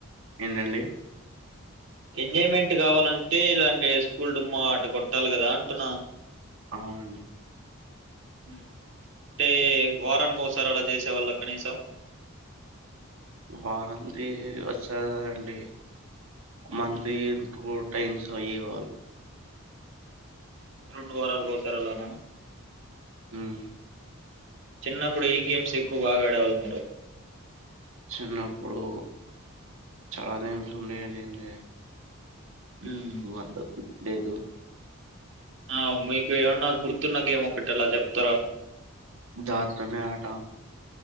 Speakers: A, on the right; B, on the right.
A: ఏంటండి
B: ఎంజాయ్మెంట్ కావాలంటే ఇలాంటిే స్కూల్ డుమ్మా ఆట కొట్టాలి కదా అంటున్నా
A: అవుండి
B: అంటే వారానికి ఒకసారి అలా చేసేవాళ్ళు కనీసం <inaudible>
A: వారంది వచ్చారు కదండి మంది
B: హ్మ్.
A: ఇ టైమ్స్య వాళ్ళు
B: రెండు వారాల కోసారి అలానా
A: హ్మ్
B: చిన్నప్పుడు ఏం గేమ్స్ ఎక్కువ బాగాడేవాళ్ళు మీరు
A: చిన్నప్పుడు చాలా గేమ్స్ ఉండేదిండి
B: హ్మ్.
A: అద్ద <unintelligible> లేదు
B: ఆ మీకు ఏమన్నా గుర్తున్న గేమ్ ఒకటి అలా చెప్తారా
A: దాచడమే ఆట